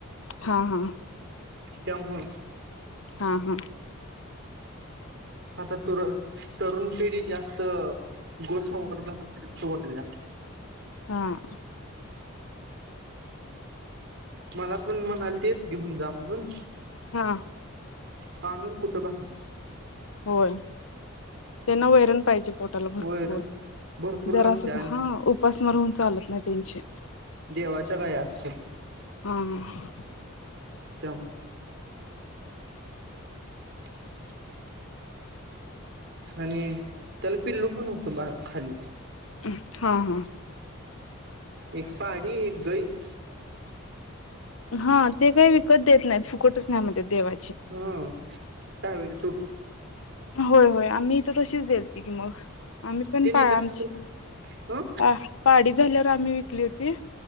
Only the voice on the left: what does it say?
हा-हा
हा-हा
हम्म.
हा.
होय त्यांना वैरण पाहिजे पोटाला भरपूर.
जरा
सुद्धा,
हा उपासमार होन चालत नाही त्यांचे.
हा हा.
अं हा हा.
हा ते काही विकत देत नाहीत, फुकटच न्या म्हणत्यात देवा
होय, होय आम्ही त तशीच देलती की मग. आम्ही पण
पा
आमची,
पा-पाडी झाल्यावर आम्ही विकली होती.